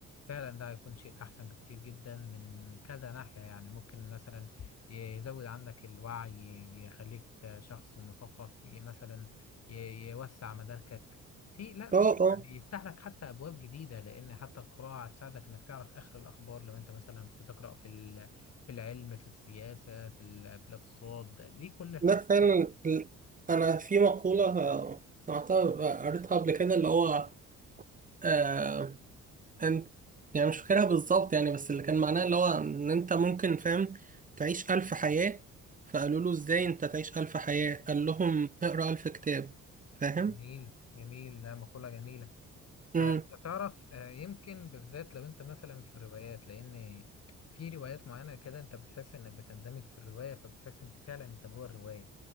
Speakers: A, on the left (about 55°); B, on the right (about 25°).
A: فعلا ده هيكون شيء احسن بكتير جدا من كذا ناحية يعني ممكن مثلا يزود عندك الوعي يخليك شخص مثقف ي- مثلا ي- يوسع مداركك في لا في
B: اه اه
A: يعني يفتح لك حتى ابواب جديدة لان حتى القراءة هتساعدك انك تعرف اخر الاخبار لو انت مثلا بتقرأ في ال- في العلم في السياسة في ال- في الاقتصاد دي كل الحاجات
B: ده فعلا ال- انا في مقولة آه، سمعتها آه، قريتها قبل كده اللي هو آه انت يعني مش فاكرها بالظبط يعني بس اللي كان معناها اللي هو ان انت ممكن فاهم تعيش ألف حياة فقالوا له ازاي انت تعيش ألف حياة قال لهم اقرأ ألف كتاب فاهم
A: جميل جميل لا مقولة جميلة
B: مم.
A: آه، انت تعرف آه، يمكن بالذات لو انت مثلا في الروايات لان في روايات معينه كده انت بتحس انك بتندمج في الروايه فبتحس انت فعلا انت جوه الروايه